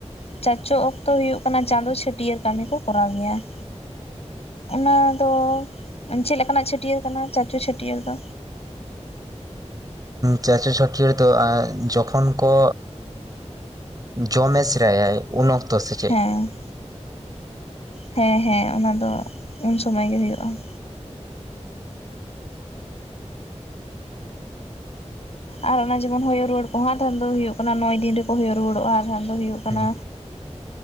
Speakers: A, on the left (about 60°); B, on the right (about 30°).
A: ᱪᱟᱪᱚ ᱚᱠᱛᱚ ᱦᱩᱭᱩᱜ ᱠᱟᱱᱟ ᱪᱟᱸᱫᱚ ᱪᱷᱟᱹᱴᱭᱟᱹᱨ ᱠᱟᱹᱢᱤ ᱠᱚ ᱠᱚᱨᱟᱣ ᱜᱮᱭᱟ ᱾ ᱚᱱᱟ ᱫᱚ ᱪᱮᱫ ᱞᱮᱠᱟ ᱱᱟᱜ ᱪᱷᱟᱹᱴᱭᱟᱹᱨ ᱠᱟᱱᱟ ᱪᱟᱪᱳ ᱪᱷᱟᱹᱴᱭᱟᱹᱨ ᱫᱚ?
B: ᱪᱟᱪᱳ ᱪᱷᱟᱹᱴᱭᱟᱹᱨ ᱫᱚ ᱡᱚᱠᱷᱚᱱ ᱠᱚ ᱡᱚᱢᱮ ᱥᱮᱨᱟᱭᱟᱭ ᱩᱱ ᱚᱠᱛᱚ ᱥᱮ ᱪᱮᱫ?
A: ᱦᱮᱸ ᱦᱮᱸ ᱦᱮᱸ, ᱚᱱᱟ ᱫᱚ ᱩᱱ ᱥᱳᱢᱟᱹᱭ ᱜᱮ ᱦᱩᱭᱩᱜᱼᱟ ᱾ ᱟᱨ ᱚᱱᱟ ᱡᱮᱢᱚᱱ ᱦᱚᱭᱳ ᱨᱩᱣᱟᱹᱲ ᱠᱚᱦᱚ ᱟᱫᱷᱟᱱ ᱫᱚ ᱦᱩᱭᱩᱜ ᱠᱟᱱᱟ ᱱᱚᱭ ᱫᱤᱱ ᱨᱮᱠᱚ ᱦᱚᱭᱚ ᱨᱩᱣᱟᱹᱲᱚᱜᱼᱟ, ᱟᱫᱷᱟᱱ ᱫᱚ ᱦᱩᱭᱩᱜ ᱠᱟᱱᱟ
B: ᱦᱮᱸ